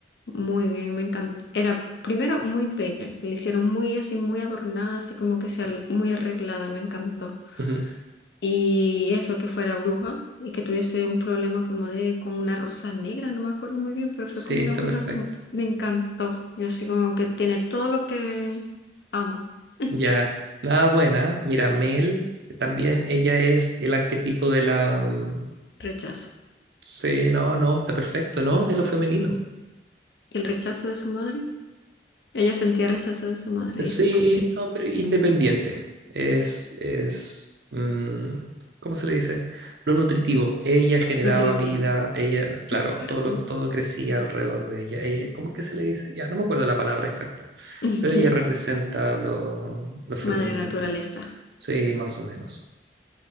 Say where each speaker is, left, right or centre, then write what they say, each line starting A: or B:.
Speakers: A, on the left; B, on the right.
A: Muy bien, me encantó Era primero muy bella, le hicieron muy así, muy adornada, así como que sea muy arreglada, me encantó.
B: ujú.
A: Y eso, que fuera bruja y que tuviese un problema como de con una rosa negra, no me acuerdo muy bien, pero fue
B: Sí,
A: con
B: está
A: una bruja
B: perfecto.
A: que me encantó. Yo así como que tiene todo lo que amo. <laughs>
B: Ya. Nada buena. Mira, Mel también. Ella es el arquetipo de la. mm,
A: Rechazo.
B: Sí, no, no, está perfecto, ¿no? De lo femenino.
A: Y el rechazo de su madre, ella sentía rechazo de su madre
B: Sí,
A: y su familia
B: no, pero independiente. Es, es, mm, ¿cómo se le dice? Lo nutritivo. Ella generaba
A: nutritiva.
B: vida, ella,
A: Sí,
B: claro,
A: es cierto.
B: todo, lo- todo crecía alrededor de ella. Ella, ¿cómo es que se le dice? Ya, no me acuerdo la palabra exacta,
A: <laughs>
B: pero ella representa lo, lo femenino.
A: Madre naturaleza.
B: Sí, más o menos.